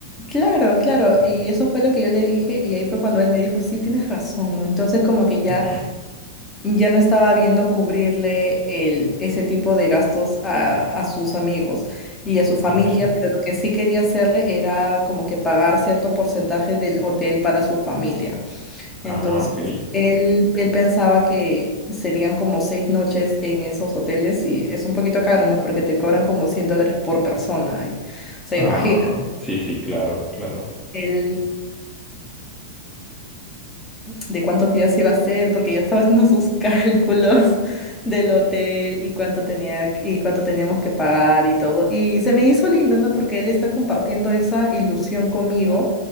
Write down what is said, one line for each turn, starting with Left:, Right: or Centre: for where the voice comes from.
Left: claro, claro.
Centre: Sí.
Left: Y eso fue lo que yo le dije y ahí fue cuando él me dijo, sí, tienes razón, ¿no? Entonces como que ya...
Centre: Ujú,
Left: ya no estaba viendo cubrirle el, ese tipo de gastos a, a sus amigos y a su familia,
Centre: Ok.
Left: pero lo que sí quería hacerle era como que pagar cierto porcentaje del hotel para su familia.
Centre: Ah,
Left: Entonces,
Centre: ok.
Left: él, él pensaba que serían como seis noches en esos hoteles y es un poquito caro, ¿no? Porque te cobran como 100 dólares por persona. y- o sea,
Centre: Ah,
Left: imagina,
Centre: sí, sí, claro, claro.
Left: él de cuántos días iba a ser, porque yo estaba haciendo sus cálculos <laughs> del hotel y cuánto tenía y cuánto teníamos que pagar y todo. Y se me hizo lindo, ¿no? Porque él está compartiendo esa ilusión conmigo